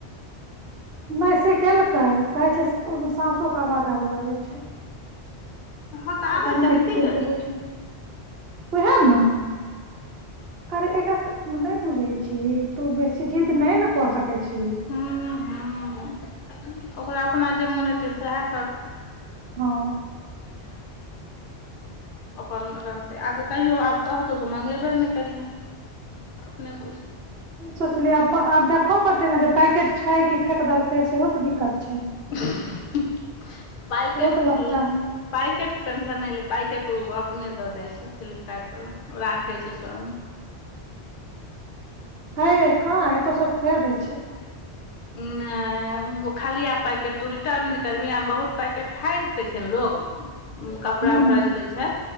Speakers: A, on the right (about 65°); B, on the left (about 55°).
A: नहि से केलकै कहै छै ओहिमे साँसोके आवाज आबय लागै छै
B: हँ तऽ
A: ओकर
B: आबै
A: नइ
B: छै तऽ की
A: ठीक
B: हेतै
A: बुझू उहे न अरे एकरा नइ बुझै छी तू बेसी जीद नई न कऽ सकै छी
B: हूँ हूँ ओकरा अपना जे मोन हेतै सेहे करतै
A: हँ
B: पन रहतै आके तैयो आब कहतौ तऽ मंगेबे नइ करिहे अपने बुझ
A: सोचलियै आ आब देखो पड़ते ने जे पैकेट छै की फेक देलकै सेहो तऽ दिक्कत ह
B: <unintelligible> पेैकेट
A: इहो तऽ लफड़ा होइ
B: पैकेट के टेंशन नइ ले पैकेट अपने द दइ छै फ्लिप्काार्ट बला राखई छै सँग
A: हे कहाँ एैत्त सब दै दै छै
B: <unintelligible> खलिया पैकेट तू रिटर्न जे करबीही बहुत पैकेट फाइर दै छै ने लोग उ कपड़ा
A: हूँ
B: उपड़ा जे लै छै